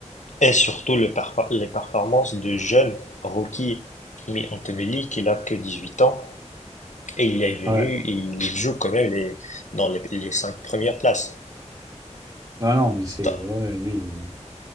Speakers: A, on the left; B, on the right.
A: et surtout le perfor- les performances du jeune rookie Kimi Antonelli qui n'a que dix-huit ans Et il est venu,
B: Ouais,
A: et il joue quand même les, dans les, les cinq premières places.
B: non, non, mais c'est,
A: Top.
B: ouais, ouais, lui, il est